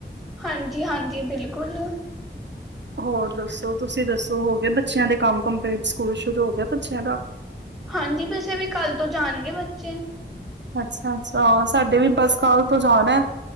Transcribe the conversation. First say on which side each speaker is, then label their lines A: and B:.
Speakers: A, in the centre; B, on the right.
A: ਹਾਂਜੀ, ਹਾਂਜੀ ਬਿਲਕੁਲ।
B: ਹੋਰ ਦੱਸੋ ਤੁਸੀਂ ਦੱਸੋ, ਹੋਗੇ ਬੱਚਿਆਂ ਦੇ ਕੰਮ ਕੰਪਲੀਟ, ਸਕੂਲ ਸ਼ੁਰੂ ਹੋ ਗਿਆ ਬੱਚਿਆਂ ਦਾ।
A: ਹਾਂਜੀ ਬਸ ਏਹ ਵੀ ਕੱਲ ਤੋਂ ਜਾਣਗੇ ਬੱਚੇ।
B: ਅੱਛਾ-ਅੱਛਾ ਸਾਡੇ ਵੀ ਬਸ ਕਲ ਤੋਂ ਜਾਂਣੈ।